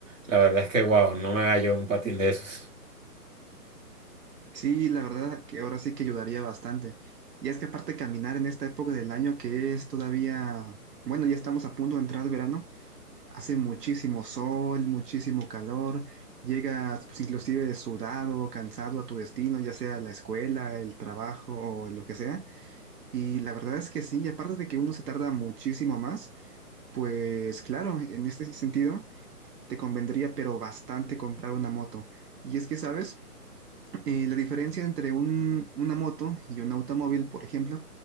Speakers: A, on the right; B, on the right.
A: la verdad es que, wow, no me hallo en un patín de esos.
B: Sí, la verdad que ahora sí que ayudaría bastante. Y es que aparte caminar en esta época del año que es todavía, bueno, ya estamos a punto de entrar al verano, hace muchísimo sol, muchísimo calor, llegas pues inclusive sudado, cansado a tu destino, ya sea la escuela, el trabajo o lo que sea. Y la verdad es que sí, y aparte de que uno se tarda muchísimo más, pues claro, en este sentido. te convendría, pero bastante comprar una moto. Y es que, ¿sabes? Eh, la diferencia entre un- una moto y un automóvil, por ejemplo,